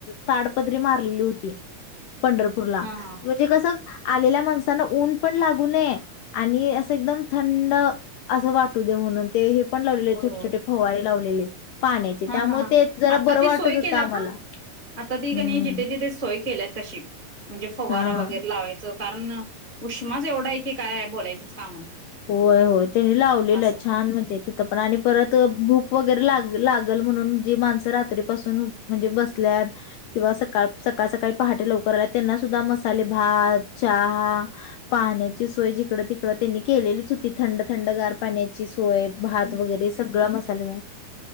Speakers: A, on the left; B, on the right.
A: ताडपदरी मारलेली होती.
B: <inaudible>
A: पंढरपूरला
B: हा हा
A: म्हणजे कसं हा आलेल्या माणसाांना ऊन पण लागू नये आणि असं एकदम थंड असं वाटू दे म्हणून. ते हे पण लावलेले
B: होय
A: छोटे
B: होय
A: छोटे फवारे लावलेले. पाण्याचे
B: हा
A: त्यामुळे
B: हा
A: ते जरा
B: आता
A: बरं
B: ती
A: वाटत
B: सोय
A: होतं
B: केल्यात
A: आम्हाला
B: हा. आता ती
A: हम्म
B: कनय जिथे जिथे सोय केल्यात तशी म्हणजे फवारा
A: हा
B: वगैरे लावायचं कारण उष्माच एवढाय आहे की काय बोलायचंच काम नाही.
A: होय होय त्यांनी लावलेलं
B: असं
A: छान म्हणजे तिथं पण आणि परत भूक वगेर लाग लागल म्हणून जे माणसं रात्री पासून म्हणजे बसल्यात किंवा सकाळ सकाळ सकाळी पहाटे लवकर आल्यात त्यांना सुधा मसाले भात, चहा, पाण्याची सोय जि कडं तिकडं त्यांनी केलेलीच होती थंड थंड गार पाण्याची सो य भात
B: हम्म
A: वगेरे
B: हम्म
A: सगळा मसाले भात